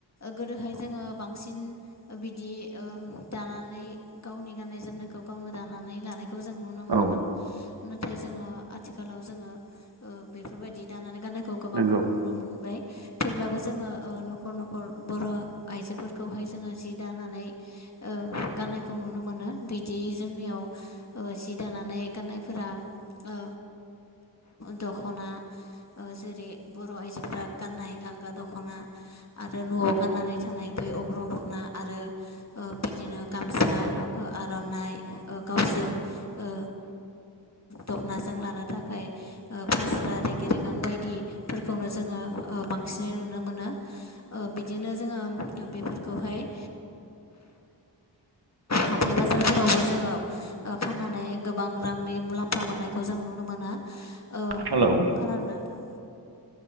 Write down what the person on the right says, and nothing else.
औ
नंगौ
ज <inaudible>
हेलौ